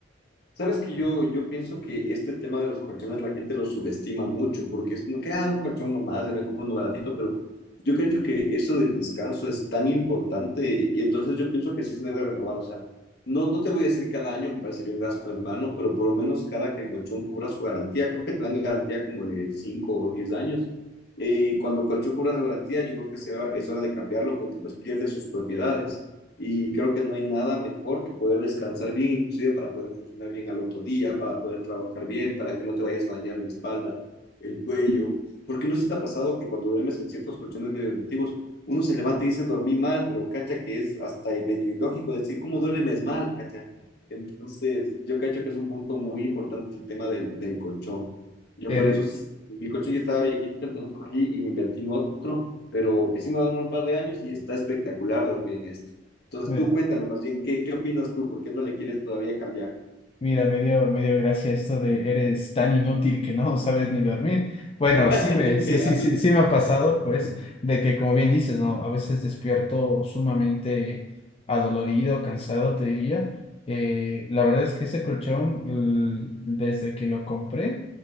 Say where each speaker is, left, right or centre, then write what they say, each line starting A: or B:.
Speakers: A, on the left (about 60°); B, on the left (about 30°).
A: Sabes que yo, yo pienso que este tema de los colchones la gente lo subestima mucho, porque es como que, ah, un colchón nomás, ya me compro uno baratito, pero yo creo que eso del descanso es tan importante, y entonces yo pienso que sí se debe renovar, o sea, no, no te voy a decir cada año, me parecería un gasto en vano, pero por lo menos cada que el colchón cubra su garantía, creo que te dan garantía como de 5 o 10 años, eh, cuando el colchón cubra su garantía, yo creo que se va- es hora de cambiarlo porque pues pierde sus propiedades. Y creo que no hay nada mejor que poder descansar bien, inclusive para poder funcionar bien al otro día, para poder trabajar bien, para que no te vayas a dañar la espalda, el cuello. Porque no se te ha pasado que cuando duermes en ciertos colchones medio antiguos, uno se levanta y dice dormí mal, pero cacha que es hasta medio ilógico decir cómo duermes mal, cacha. Entonces, yo cacho que es un punto muy importante el tema del, del colchón. Yo
B: Eres,
A: por eso sí, mi colchón ya estaba viejito, entonces cogí y me invertí en otro, pero que sí me va a durar un par de años y está espectacular dormir en este. Entonces
B: me-
A: tú cuéntame más bien, ¿qué, qué opinas tú? ¿Por qué no le quieres todavía cambiar?
B: mira, me dio, me dio gracia esto de eres tan inútil que no <laughs> sabes ni dormir. Bueno,
A: <laughs>
B: sí me,
A: Literal.
B: sí, sí, sí, sí me ha pasado, pues, de que como bien dices, ¿no? A veces despierto sumamente adolorido, cansado, te diría. Eh, la verdad es que este colchón, l- desde que lo compré,